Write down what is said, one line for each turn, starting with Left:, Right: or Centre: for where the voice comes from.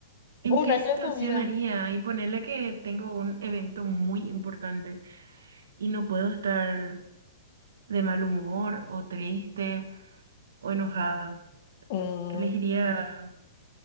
Right: ¿En
Left: Un
Right: qué
Left: año
Right: situación
Left: de tu vida.
Right: haría? Y ponerle que tengo un evento muy importante y no puedo estar de mal humor o triste o enojada.
Left: Mm,
Right: Elegiría,